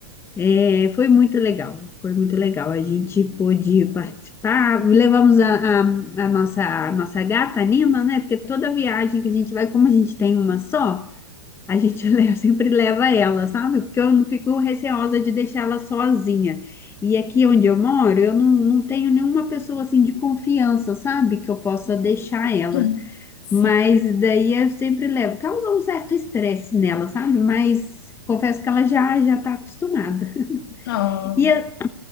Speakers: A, on the left; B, on the left.
A: é, foi muito legal, foi muito legal. A gente pôde participar, levamos a, a, a nossa, a nossa gata, a Nina, né? Porque toda viagem que a gente vai, como a gente tem uma só, a gente <laughs> leva- sempre leva ela, sabe? Porque eu não fico receosa de deixar ela sozinha. E aqui onde eu moro, eu não, não tenho nenhuma pessoa assim de confiança, sabe? Que eu possa deixar ela.
B: <clears throat> Sim.
A: Mas daí eu sempre levo. Causa um certo estresse nela, sabe? Mas confesso que ela já já está acostumada.
B: Oh,
A: E, a-